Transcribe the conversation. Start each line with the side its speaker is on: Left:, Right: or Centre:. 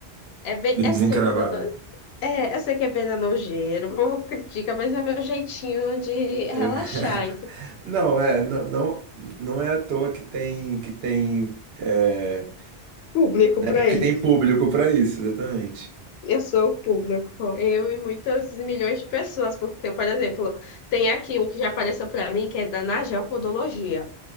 Left: É bem,
Right: Do
Left: eu
Right: Desencravado.
Left: sei que é, nono- é, eu sei que é bem nojeiro, o povo critica, mas é meu jeitinho de relaxar,
Right: É, <laughs> Não, é, não, não, não é à toa que tem, que tem, é,
Left: público para
Right: é porque
Left: isso.
Right: tem público para isso, exatamente.
Left: Eu sou o público, eu e muitas milhões de pessoas, porque, por exemplo, tem aqui um que já apareceu para mim, que é da Nagel Podologia.